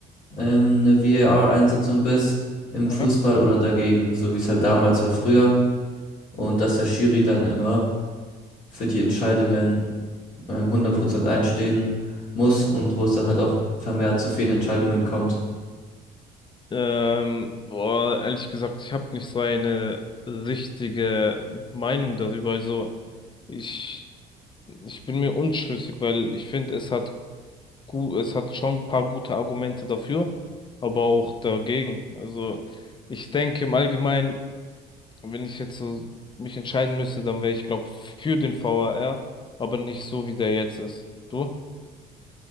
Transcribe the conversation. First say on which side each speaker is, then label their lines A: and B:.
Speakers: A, on the left (about 50°); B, on the left (about 30°).
A: ähm, eine VAR-Einsetzung bist im
B: Aha.
A: Fußball oder dagegen, so wie es halt damals war früher. Und dass der Schiri dann immer für die Entscheidungen ähm, 100% einstehen muss und wo es dann halt auch vermehrt zu Fehlentscheidungen kommt.
B: Ähm, boah, ehrlich gesagt, ich habe nicht so eine richtige Meinung darüber. Also, ich, ich bin mir unschlüssig, weil ich finde, es hat gut, es hat schon ein paar gute Argumente dafür, aber auch dagegen. Also, ich denke im Allgemeinen Und wenn ich jetzt so mich entscheiden müsste, dann wäre ich, glaube für den VAR, aber nicht so, wie der jetzt ist. Du?